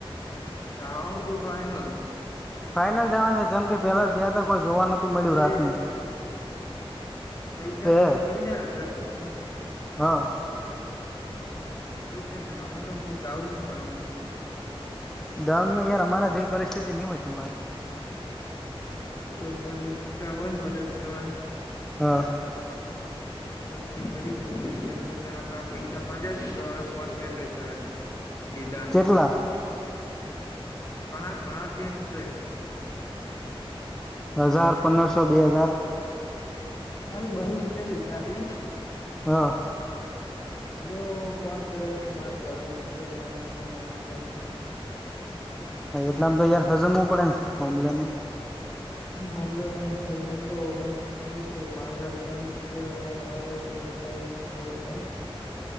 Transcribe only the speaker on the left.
જાવાન તો ફાઈનલ છે.
ખાલી
પૈસા નો
મેર પડી જાય ને હજાર કૂક નો
પૈસા ને અમે તો હું દાઉમાં ગણો છું.
કોઈ મરી ઈચ્છા હોય ને મદદ કરવાની
તો તમે કરી શકો છો જેમ કે પેલા પૈસા માજા છે હારો ફોન કર કર કરેસે. લીધા છે.
કણા પાસ હેને તોય.
કાલ બહી ચલી તારી
ઈરો ફોન કરે કે માર જરૂર છેન ઓમ છેન ઓમ છે.
ન હોમલો નહી હોમલો મ એટલે મારે બહી રૂપિયા આવવા તેરે કાઇ હ હોય તો